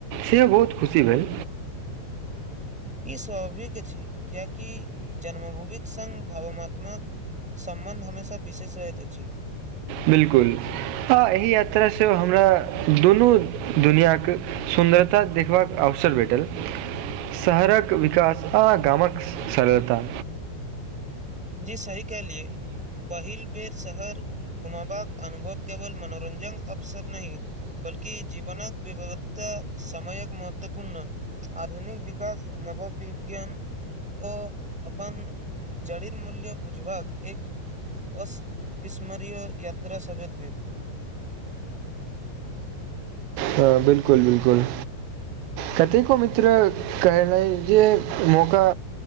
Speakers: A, on the right (about 80°); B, in the centre.
A: सेहो बहुत खुशी भेल।
B: ई स्वाभाविक अछि, किियकि जन्मभूमिक सङ्ग भावनाात्माक सम्बन्ध हमेशा विशेष रहैत अछि।
A: बिलकुल, आ एहि यात्रा सँ हमरा दुनू दुनिआक सुन्दरता देखबाक अवसर भेटल शहरक विकास, आ गामक सरलता।
B: जी सही कहलियए पहिल बेर शहर घुमाबाक अनुभव केवल मनोरंजनक अवसर नहि, बल्कि जीवनक विविधता समयक महत्वपूर्ण आधुनिक विकास, नवो वििज्ञान ओ अपन जडीर मूल्य बुझबाक एक अविस्मरय यात्रा सभ भैत भेलल।
A: हँ, बिलकुल-बिलकुल कतेको मित्र कहनानि जे मौका